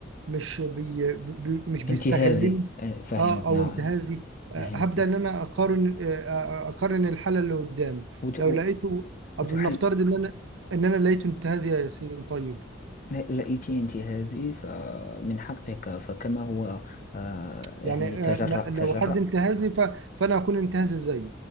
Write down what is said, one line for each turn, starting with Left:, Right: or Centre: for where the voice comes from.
Right: مش بي بي مش بيستغلني
Left: انتهازي آه، فهمت
Right: اه
Left: نعم
Right: او انتهازي آه،
Left: فهمتني
Right: هبدا ان انا اقارن آه، آه، اقارن الحاله اللي قدامي
Left: وت...
Right: لو
Left: و-
Right: لقيته قبل
Left: وتحل
Right: نفترض ان انا ان انا لقيته انتهازي يا ياسين طيب
Left: لقيت انتهازي فمن حقك فكما هو آه،
Right: يعني
Left: يعني تجرأ
Right: آه، لا- لو
Left: تجرأ
Right: حد انتهازي ف- فانا هكون انتهازي زيه